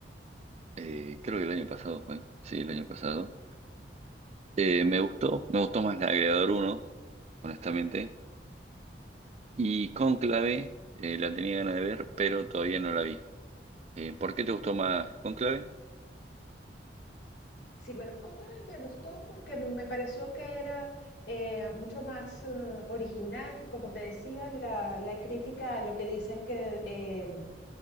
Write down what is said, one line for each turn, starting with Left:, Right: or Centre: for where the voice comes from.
Right: Eh, creo que el año pasado fue. Sí, el año pasado. Eh, me gustó, me gustó más la de Gladiador 1, honestamente. Y Cónclave, eh, la tenía ganas de ver, pero todavía no la vi. Eh, ¿por qué te gustó más Cónclave?
Left: Sí, bueno, Cónclave me gustó porque me pareció que era eh, mucho más eh, original, como te decía, la, la crítica lo que dice es que eh,